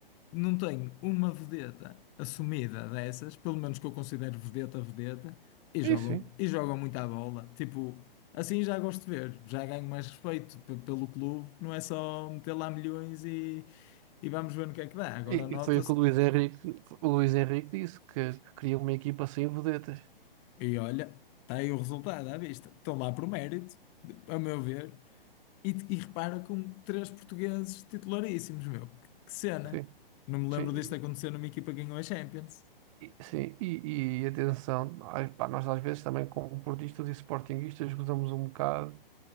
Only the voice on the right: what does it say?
e sim.
E,
e foi o que o Luís Henrique, o Luís Henrique disse, que, que queria uma equipa sem vedetas.
Sim,
sim,
e,
e- sim, e, e atenção, ai, pá, nós às vezes também como portistas e sportinguistas gozamos um bocado,